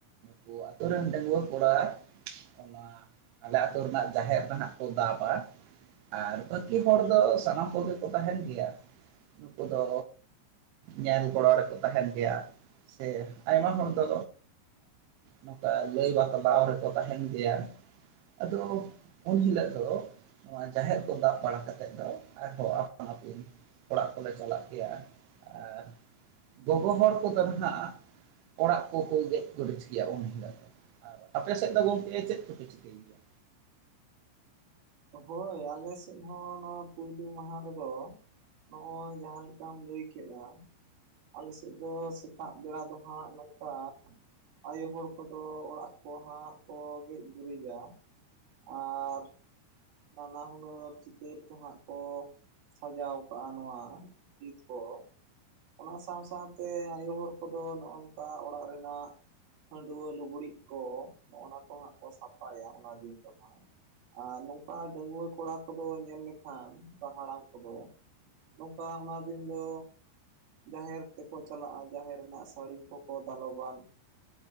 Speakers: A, on the right; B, on the right.
A: ᱠᱚ ᱟᱛᱩ ᱨᱮᱱ ᱰᱟᱺᱜᱩᱣᱟᱹ ᱠᱚᱲᱟ ᱚᱱᱟ ᱚᱱᱟ ᱟᱞᱮ ᱟᱛᱳ ᱨᱮᱱᱟᱜ ᱡᱟᱦᱮᱨ ᱫᱚ ᱱᱟᱜ ᱠᱚ ᱫᱟᱵ-ᱟ ᱾ ᱟᱨ ᱵᱟᱹᱠᱤ ᱦᱚᱲ ᱫᱚ ᱥᱟᱱᱟᱢ ᱠᱚᱜᱮ ᱠᱚ ᱛᱟᱦᱮᱱ ᱜᱮᱭᱟ᱾ ᱱᱠᱩ ᱫᱚ ᱧᱮᱞ ᱜᱚᱲᱚ ᱨᱮᱠᱚ ᱛᱟᱦᱮᱱ ᱜᱮᱭᱟ, ᱥᱮ ᱟᱭᱢᱟ ᱦᱚᱲ ᱫᱚ ᱱᱚᱝᱠᱟ ᱞᱟᱹᱭ ᱵᱟᱛᱞᱟᱣ ᱨᱮᱠᱚ ᱛᱟᱦᱮᱱ ᱜᱮᱭᱟ᱾ ᱟᱫᱚ ᱩᱱ ᱦᱤᱞᱳᱜ ᱫᱚ ᱱᱚᱣᱟ ᱡᱟᱦᱮᱨ ᱠᱚ ᱫᱟᱵᱽ ᱵᱟᱲᱟ ᱠᱟᱛᱮᱫ ᱫᱚ ᱟᱨᱦᱚᱸ ᱟᱯᱟᱱ ᱟᱹᱯᱤᱱ ᱚᱲᱟᱜ ᱠᱚᱞᱮ ᱪᱟᱞᱟᱜ ᱜᱮᱭᱟ ᱟᱨ ᱜᱚᱜᱚ ᱦᱚᱲ ᱠᱚᱫᱚ ᱱᱟᱦᱟᱜ ᱚᱲᱟᱜ ᱠᱚ ᱠᱚ ᱜᱮᱡ ᱜᱩᱨᱤᱡᱽ ᱜᱮᱭᱟ ᱩᱱ ᱦᱤᱞᱳᱜ ᱫᱚ᱾ ᱟᱨ ᱟᱯᱮ ᱥᱮᱫ ᱫᱚ ᱜᱚᱝᱠᱮ ᱪᱮᱫ ᱠᱚᱯᱮ ᱪᱤᱠᱟᱹᱭ ᱜᱮᱭᱟ?
B: ᱦᱳᱭ ᱟᱞᱮ ᱥᱮᱫ ᱦᱚᱸ ᱱᱚᱣᱟ ᱯᱳᱭᱞᱳ ᱢᱟᱦᱟ ᱨᱮᱫᱚ ᱱᱚᱜ ᱚᱭ ᱡᱟᱦᱟᱸ ᱞᱮᱠᱟᱢ ᱞᱟᱹᱭ ᱠᱮᱜᱼᱟ ᱟᱞᱮ ᱥᱮᱫ ᱫᱚ ᱥᱮᱛᱟᱜ ᱵᱮᱲᱟ ᱫᱚ ᱦᱟᱸᱜ ᱱᱚᱝᱠᱟ ᱟᱭᱳ ᱦᱚᱲ ᱠᱚᱫᱚ ᱚᱲᱟᱜ ᱠᱚ ᱦᱟᱸᱜ ᱠᱚ ᱜᱮᱡ ᱜᱩᱨᱤᱡᱟ᱾ ᱟᱨ, ᱱᱟᱱᱟ ᱦᱩᱱᱟᱹᱨ ᱪᱤᱛᱟᱹᱨ ᱠᱚ ᱦᱟᱸᱜ ᱠᱚ ᱥᱟᱡᱟᱣ ᱠᱟᱜᱼᱟ ᱱᱚᱣᱟ ᱵᱷᱤᱛ ᱠᱚ᱾ ᱚᱱᱟ ᱥᱟᱶ ᱥᱟᱶᱛᱮ ᱟᱭᱳ ᱦᱚᱲ ᱠᱚᱫᱚ ᱱᱚᱜᱼᱚ ᱱᱚᱝᱠᱟ ᱚᱲᱟᱜ ᱨᱮᱱᱟᱜ ᱠᱷᱟᱹᱰᱣᱟᱹ ᱞᱩᱜᱽᱲᱤᱡ ᱠᱚ ᱦᱚᱜ ᱚᱱᱟ ᱠᱚ ᱦᱟᱸᱜ ᱠᱚ ᱥᱟᱯᱷᱟᱭᱟ ᱚᱱᱟ ᱫᱤᱱ ᱫᱚ ᱦᱟᱸᱜ᱾ ᱟᱨ ᱱᱚᱝᱠᱟ ᱰᱟᱹᱜᱣᱟᱹ ᱠᱚᱲᱟ ᱠᱚᱫᱚ ᱧᱮᱞ ᱞᱮᱠᱷᱟᱱ ᱦᱟᱲᱟᱢ ᱠᱚᱫᱚ ᱱᱚᱝᱠᱟ ᱚᱱᱟ ᱫᱤᱱ ᱫᱚ ᱡᱟᱦᱮᱨ ᱛᱮᱠᱚ ᱪᱟᱞᱟᱜᱼᱟ, ᱡᱟᱦᱮᱨ ᱨᱮᱱᱟᱜ ᱥᱟᱹᱲᱤᱢ ᱠᱚᱠᱚ ᱫᱟᱞᱚᱵᱟ᱾ ᱦᱮᱸ